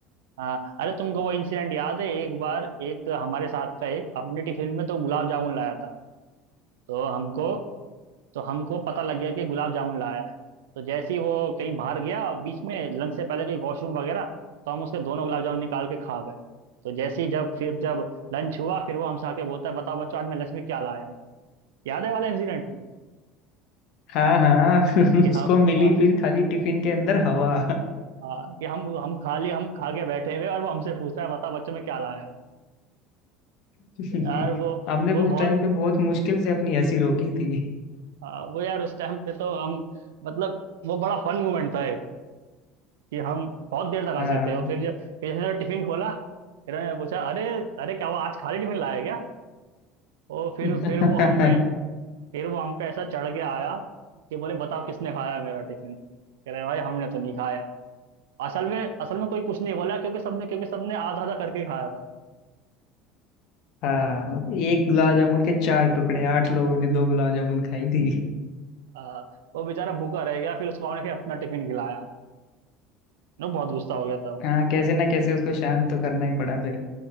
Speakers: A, on the right; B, on the left.
A: हाँ अरे तुमको वो इंसिडेंट याद है एक बार एक हमारे साथ का एक अपने टिफिन में तो गुलाब जामुन लाया था तो हमको तो हमको पता लग गया कि गुलाब जामुन लाया है तो जैसे ही वो कहीं बाहर गया और बीच में लंच से पहले कहीं वॉशरूम वगैरह तो हम उसके दोनों गुलाब जामुन निकाल के खा गए तो जैसे ही जब फिर जब लंच हुआ फिर वो हमसे आके बोलता है बताओ बच्चों आज मैं लंच में क्या लाया हूँ याद है वाला इंसिडेंट
B: हाँ हाँ <laughs> उसको
A: कि हम
B: मिली
A: आ,
B: फिर खाली टिफिन के अंदर हवा
A: आ, कि हम हम खा लिए हम खा के बैठे हुए और वो हमसे पूछ रहा है बताओ बच्चों में क्या लाया हो
B: <laughs>
A: यार वो
B: हमने
A: वो
B: उस
A: बहुत
B: टाइम पे बहुत मुश्किल से अपनी हंसी रोकी थी
A: आ, वो यार उस टाइम पे तो हम मतलब वो बड़ा फन मोमेंट था कि हम बहुत देर तक हंसे
B: हाँ
A: थे और फिर जब फिर जैसे टिफिन खोला इन्होंने पूछा अरे अरे क्या वो आज खाली टिफिन लाया क्या और फिर
B: <laughs>
A: फिर वो हम पे फिर वो हम पे ऐसा चढ़ के आया कि बोले बताओ किसने खाया मेरा टिफिन कह रहे भाई हमने तो नहीं खाया असल में असल में कोई कुछ नहीं बोला क्योंकि सबने क्योंकि सबने आधा आधा करके खाया था
B: हाँ एक गुलाब जामुन के चार टुकड़े आठ लोगों ने दो गुलाब जामुन खाई थी
A: हाँ, वो बेचारा भूखा रह गया फिर उसको हमने फिर अपना टिफिन खिलाया वो बहुत गुस्सा हो गया था वो
B: हाँ कैसे ना कैसे उसको शांत तो करना ही पड़ा फिर